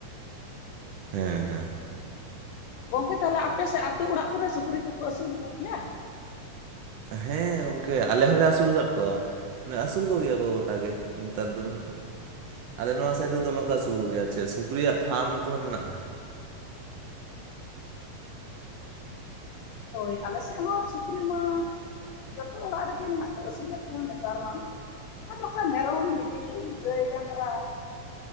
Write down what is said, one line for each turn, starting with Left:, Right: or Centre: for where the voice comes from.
Right: ᱦᱮᱸ ᱦᱮᱸ
Left: ᱜᱚᱝᱠᱮ ᱛᱟᱦᱚᱞᱮ ᱟᱯᱮᱥᱮᱫ ᱟᱛᱳ ᱚᱲᱟᱜ ᱠᱚᱨᱮ ᱥᱩᱠᱨᱤ ᱠᱚᱠᱚ ᱟᱹᱥᱩᱞ ᱠᱚᱜᱮᱭᱟ?
Right: ᱦᱮᱸ ᱜᱚᱝᱠᱮ ᱟᱞᱮ ᱦᱚᱸᱞᱮ ᱟᱹᱥᱩᱞ ᱟᱠᱟᱫ ᱠᱚᱣᱟ। ᱢᱟᱱᱮ ᱟᱹᱥᱩᱞ ᱠᱚᱜᱮᱭᱟ ᱠᱚ ᱜᱚᱴᱟᱜᱮ ᱱᱮᱛᱟᱨ <unintelligible> ᱟᱞᱮ ᱱᱚᱣᱟ ᱥᱟᱭᱤᱰ ᱨᱮᱫᱚ ᱱᱚᱠᱟ ᱟᱥᱩᱞ ᱠᱚᱜᱮᱭᱟ ᱟᱨ ᱪᱮᱫ ᱥᱩᱠᱨᱤᱭᱟᱜ ᱯᱷᱟᱨᱢ ᱠᱚᱦᱚᱸ ᱢᱮᱱᱟᱜᱼᱟ।
Left: ᱦᱳᱭ ᱟᱞᱮ ᱥᱮ ᱦᱚᱸ ᱥᱩᱠᱨᱤ ᱢᱟ ᱡᱚᱛᱚ ᱚᱲᱟᱜ ᱨᱮᱜᱮ ᱢᱮᱱᱟᱜ ᱠᱚ ᱟᱹᱥᱩᱞᱮᱫ ᱠᱚᱣᱟ ᱱᱮᱛᱟᱨ ᱢᱟ। ᱚᱠᱟ ᱡᱚᱠᱷᱟᱱ ᱢᱮᱨᱚᱢ ᱵᱷᱤᱰᱤ ᱜᱟᱹᱭ ᱰᱟᱝᱨᱟ